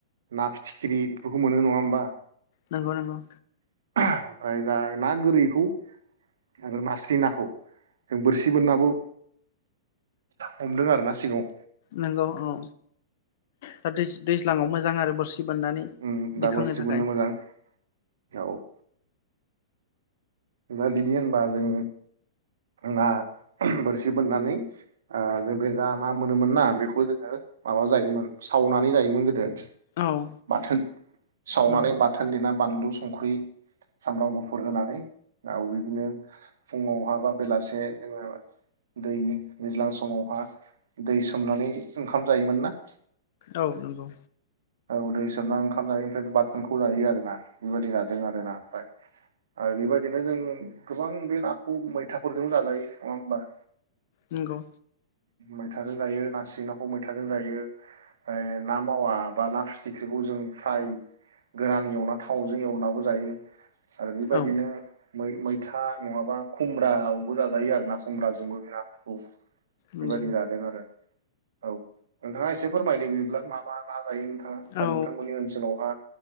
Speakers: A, on the right; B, on the left.
A: ना फिथिख्रि बेफोरखौ मोनो नङा होमबा
B: नंगौ नंगौ
A: <inaudible> ओमफाय दा ना गोरैखौ आरो नास्रि नाखौ जों बोरसि बोनाबो हमदों आरोना सिगाङाव
B: नंगौ औ दा दैज्लाङाव मोजां आरो बोरसि बान्नानै
A: उम दा
B: दिखांनो
A: बोरसि
B: थाखाय
A: बोननो मोजां औ दा बिदि होनबा जों ना बोरसि बोननानै ओ जों बे जा ना मोनोमोन ना बेखौ जोङो माबा जायोमोन सावनानै जायोमोन गोदो
B: औ
A: बोथोन सावनानै
B: नंगौ
A: बाथोन देना बानलु संख्रि सामब्राम गुफुर होनानै आरो बिदिनो फुङावहा बा बेलासे जोङो दै दैज्लां समावहा दै सोमनानै ओंखाम जायोमोन ना
B: औ नंगौ
A: औ दैै सोमना ओंखाम जायो ओमफ्राय बाथोनखौ जायो आरोना बेबायदि जादों आर ना ओमफ्राय बेबायदिनो जों गोबां बे नाखौ मैथाफोरजों जाजायो नङा होमबा
B: नोंगौ
A: मैथाजों गायो ना सिं नाखौ मैथाजों गायो ओमफ्राय ना मावा बा ना फिथिख्रिखौ जों फ्राय गोरान एवना थावजों एवनो जायो आरो बेबायदिनोै
B: औ
A: मै मैथा नङाबा खुमब्रायावबो जाजायो आरो ना खुमब्राजोंबो बेाफोरखौ
B: नंगौ
A: बेबायदि जादों आरो औ नोंथाङा एसे फोरमायदों बिदिब्ला माबा ना जायो नोंथाङा बा
B: औ
A: नोंथांमोननि ओनसोलावहा